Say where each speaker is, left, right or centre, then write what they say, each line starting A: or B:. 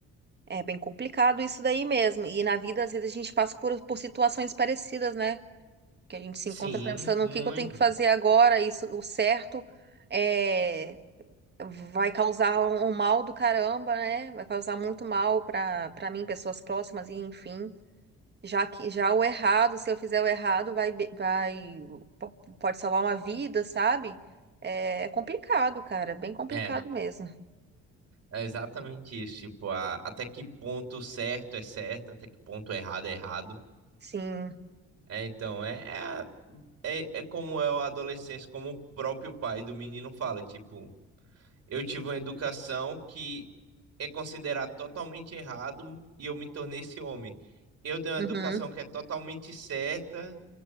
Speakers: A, on the right (about 35°); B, on the right (about 60°).
A: é bem complicado isso daí mesmo. E na vida, às vezes, a gente passa por, por situações parecidas, né? Que a gente se
B: sim,
A: encontra pensando
B: muito.
A: o que que eu tenho que fazer agora, isso, o certo é, vai causar um, um mal do caramba, né? Vai causar muito mal para para mim, pessoas próximas, e enfim. Já que já o errado, se eu fizer o errado, vai be- vai po- pode salvar uma vida, sabe? É, é complicado, cara, bem complicado
B: É,
A: mesmo.
B: é exatamente isso. Tipo, a- até que ponto certo é certo, até que ponto errado é errado.
A: Sim.
B: É, então, é, é, a- é, é como é o adolescência, como o próprio pai do menino fala, tipo, Eu tive uma educação que é considerado totalmente errado e eu me tornei esse homem. Eu dei uma
A: Uhum.
B: educação que é totalmente certa